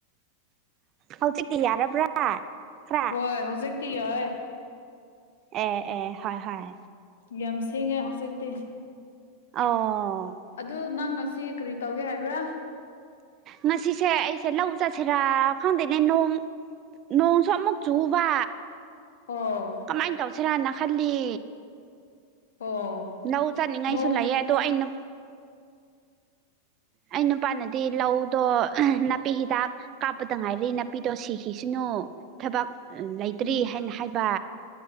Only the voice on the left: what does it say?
ꯍꯣꯏ ꯍꯧꯖꯤꯛꯀꯤ ꯍ
ꯌꯥꯝ ꯁꯦꯡꯉ ꯍꯧꯖꯤꯛꯇꯤ
ꯑꯗꯨ ꯅꯪ ꯉꯁꯤ ꯀꯔꯤ ꯇꯧꯒꯦ ꯍꯥꯏꯕ꯭ꯔꯥ
ꯑꯣ
ꯑꯣ
ꯅꯣꯡ
ꯎꯝ